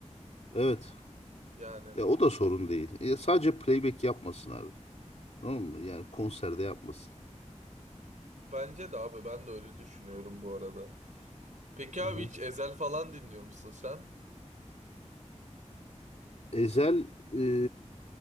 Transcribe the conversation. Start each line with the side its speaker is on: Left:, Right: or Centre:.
Left: Evet.
Right: Yani
Left: Ya o da sorun değil. E, sadece playback yapmasın abi. Tamam mı? Yani konserde yapmasın.
Right: bence de abi ben de öyle düşünüyorum bu arada. Peki
Left: Hı
Right: abi
Left: hı.
Right: hiç Ezel falan dinliyor musun sen?
Left: Ezel e,